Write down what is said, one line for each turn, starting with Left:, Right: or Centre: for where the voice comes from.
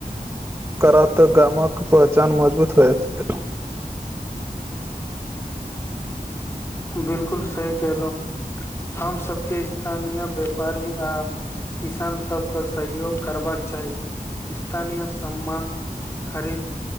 Right: करात गामक पहचान मजबूत होएत
Left: बिलकुल सही कहलौ हम सभके स्थानीय व्यापारी आ किसान सभके सहयोग करबाक चाही स्थानीय सम्मान खरीद